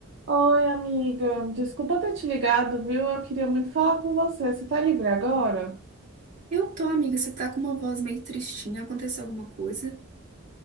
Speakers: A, on the right (about 55°); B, on the right (about 35°).
A: Oi, amiga. Desculpa ter te ligado, viu? Eu queria muito falar com você. Você tá livre agora?
B: Eu tô, amiga, você tá com uma voz meio tristinha, aconteceu alguma coisa?